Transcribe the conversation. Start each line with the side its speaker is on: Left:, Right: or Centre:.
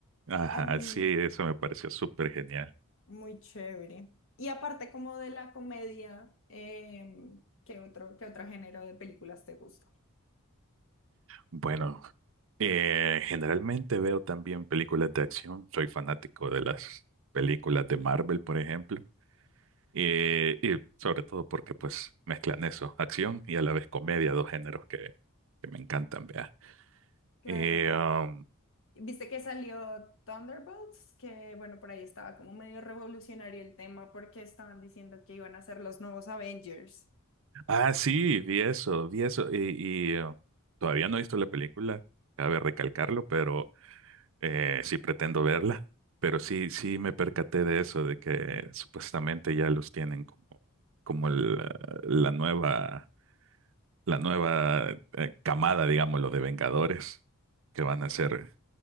Right: Ajá,
Left: Em,
Right: sí, eso me pareció súper genial.
Left: muy chévere. Y aparte como de la comedia, em, ¿qué otro, qué otro género de películas te gusta?
Right: Bueno. Eh, generalmente veo también películas de acción. Soy fanático de las películas de Marvel, por ejemplo. Eh, y sobre todo porque pues mezclan eso, acción y a la vez comedia, dos géneros que, que me encantan, vea.
Left: Claro.
Right: Eh, um,
Left: Viste que salió Thunderbolts, que bueno, por ahí estaba como medio revolucionario el tema porque estaban diciendo que iban a ser los nuevos Avengers.
Right: ah, sí, vi eso, vi eso. Y, y, uh, todavía no he visto la película, cabe recalcarlo, pero eh, sí pretendo verla. Pero sí, sí me percaté de eso, de que supuestamente ya los tienen como, como la la nueva. la nueva eh, camada, digámoslo, de Vengadores que van a ser